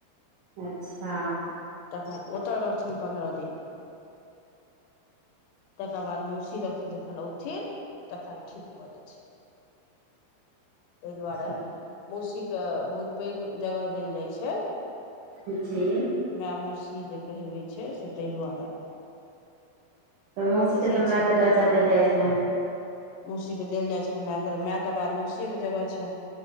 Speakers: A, on the right; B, on the left.
A: अच्छा
B: तखन ओतऽ रहथिन पन्द्रह दिन तकर बाद मौउसी लग सँ जखन औथिन तखन ठीक भऽ जेथिन <inaudible> तइ दुआरे
A: अच्छा
B: मौसीके बहुत पैघ जगह देल जाइ छै
A: जी
B: माय मौसी जे कहेबै छै से तै दुआरे
A: तऽ मौसीकेँ
B: से
A: तऽ मायकेँ
B: छै
A: दर्जा देल जाइ छनि
B: मौसीके देल जाइ छनि मायके मायके बाद मौसीयेके जगह छनि